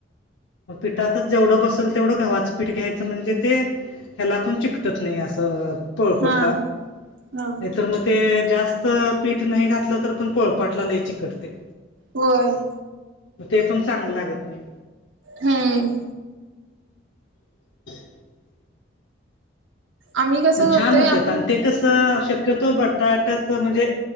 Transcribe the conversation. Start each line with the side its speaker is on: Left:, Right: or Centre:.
Left: पिठातच जेवढं बसेल तेवढं गव्हाचं पीठ घ्यायचं म्हणजे ते. ह्याला पण चिकटत नाही असं पळपूटला
Right: हा हा
Left: नाहीतर मग. ते जास्त पीठ नाही घातलं तर पण पोळपाटला लाय चिकटते.
Right: होय.
Left: मग ते पण चांगलं लागत नाही.
Right: हम्म.
Left: <inaudible>
Right: आम्ही कसं
Left: आणि छान
Right: करतोय
Left: होत्या
Right: आपण
Left: आणि ते शक्यतो.
Right: हम्म
Left: शक्यतो बटाट्याच म्हणजे